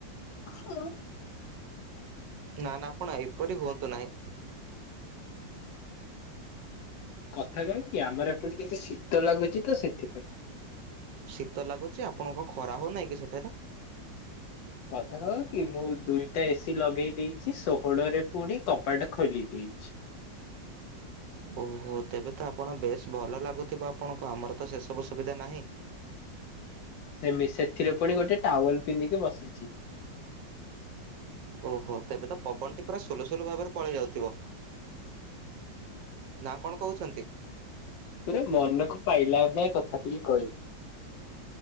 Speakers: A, on the left; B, on the right.
A: ହଁ।
B: ନା -ନା ଆପଣ ଏପରି ହୁଅନ୍ତୁ ନାହିଁ।
A: କଥା କଣ୍ କି ଆମର ଏପଟେ ଟିକେ ଶୀତ ଲାଗୁଚି ତ ସେଥିପାଇଁ।
B: ଶୀତ ଲାଗୁଚି ଆପଣ କଣ ଖରା ହଉନାହିଁ କି ସେଠାରେ?
A: କଥା କଣ୍ କି ମୁଁ ଦୁଇଟା ଏସିି ଲଗେଇ ଦେଇଚି ଷୋହଳରେ ପୁଣି କବାଟ ଖୋଲି ଦେଇଚି।
B: ଓହୋ ତେବେ ତ ଆପଣ ବେଶ୍ ଭଲ ଲାଗୁଥିବ ଆପଣଙ୍କୁ ଆମର ତ ସେ ସବୁ ସୁବିଧା ନାହିଁ।
A: ସେମି- ସେଥିରେ ପୁଣି ଗୋଟେ ଟାୱଲ୍ ପିନ୍ଧିକି ବସିଚି।
B: ଓହୋ ତେବେ ତ ପବନ ଟି ପୁରା ସୁଲୁସୁଲୁ ଭାବରେ ପଳେଇ ଯାଉଥିବ। ନା କଣ କହୁଛନ୍ତି?
A: ପୁରା ମନକୁ ପାଇଲା ଭଳିଆ କଥାଟିଏ କହିଲ।